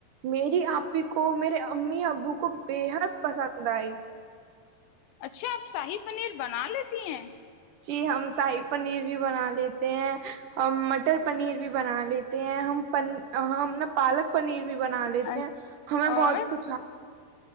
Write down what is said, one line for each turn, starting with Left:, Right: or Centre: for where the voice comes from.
Right: میری آپ ہی کو میرے امی ابو کو بےحد پسند آئی
Left: اچھا آپ شاہی پنیر بنا لیتی ہیں
Right: جی ہم شاہی پنیر بھی بنا لیتے ہیں ہم مٹر پنیر بھی بنا لیتے ہیں ہم ہم نے پالک پنیر بھی بنا لیتے
Left: اچھا
Right: ہیں ہمیں
Left: اور
Right: بہت کچھ